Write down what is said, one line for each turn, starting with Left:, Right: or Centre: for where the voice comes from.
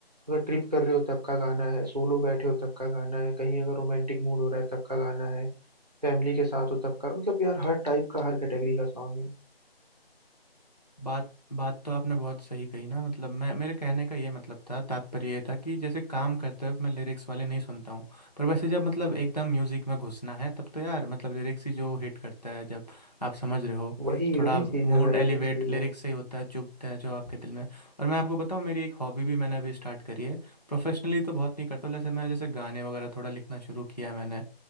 Right: अगर ट्रिप कर रहे हो तब का गाना है सोलो बैठे हो तब का गाना है कहीं अगर रोमांटिक मूड हो रहा है तब का गाना है फैमिली के साथ हो तब का मतलब यार हर टाइप का हर कैटेगरी का सॉन्ग है
Left: बात बात तो आपने बहुत सही कही ना मतलब मैं मेरे कहने का ये मतलब था तात्पर्य ये था कि जैसे काम करते वक्त मैं लिरिक्स वाले नहीं सुनता हूँ पर वैसे जब मतलब एकदम म्यूजिक में घुसना है तब तो यार मतलब लिरिक्स ही जो हिट करता है जब आप समझ रहे हो
Right: वही
Left: थोड़ा
Right: वही चीज
Left: मूड
Right: है भाई
Left: एलिवेट
Right: वही चीज
Left: लिरिक्स
Right: है
Left: से ही होता है चुभते हैं जो आपके दिल में और मैं आपको बताऊँ मेरी एक हॉबी भी मैंने अभी स्टार्ट करी है प्रोफेशनली तो बहुत नहीं करता हूँ, जैसे मैं जैसे गाने वगैरह थोड़ा लिखना शुरू किया है मैंने